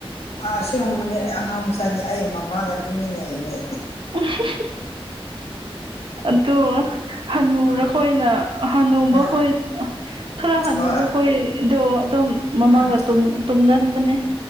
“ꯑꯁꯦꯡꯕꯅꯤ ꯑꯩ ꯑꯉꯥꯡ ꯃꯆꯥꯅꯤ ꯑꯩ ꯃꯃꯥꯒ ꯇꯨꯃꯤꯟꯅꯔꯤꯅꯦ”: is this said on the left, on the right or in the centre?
Left